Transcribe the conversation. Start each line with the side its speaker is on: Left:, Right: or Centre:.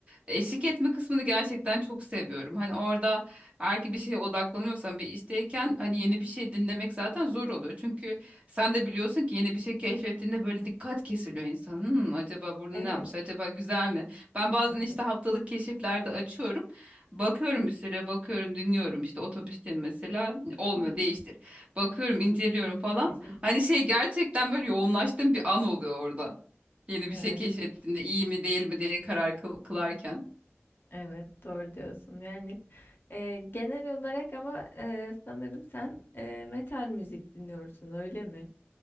Right: eşlik etme kısmını gerçekten çok seviyorum. Hani orada eğer ki bir şeye odaklanıyorsan bir işteyken hani yeni bir şey dinlemek zaten zor oluyor. Çünkü sen de biliyorsun ki yeni bir şey keşfettiğinde böyle dikkat kesiliyor insanın. Hmm, acaba burada
Left: Evet.
Right: ne yapmış? Acaba güzel mi? Ben bazen
Left: Hı
Right: işte
Left: hı.
Right: haftalık keşiflerde açıyorum. Bakıyorum bir süre bakıyorum dinliyorum işte otobüsteyim mesela olmuyor
Left: Hı
Right: değiştir. Bakıyorum, inceliyorum falan.
Left: hı. <laughs>
Right: Hani şey gerçekten böyle yoğunlaştığım bir an oluyor orada. Yeni bir
Left: Evet,
Right: şey keşfettiğinde iyi mi değil mi diye karar kıl- kılarken.
Left: evet, doğru diyorsun. Yani, eee, genel olarak ama, eee, sanırım sen, eee, metal müzik dinliyorsun, öyle mi?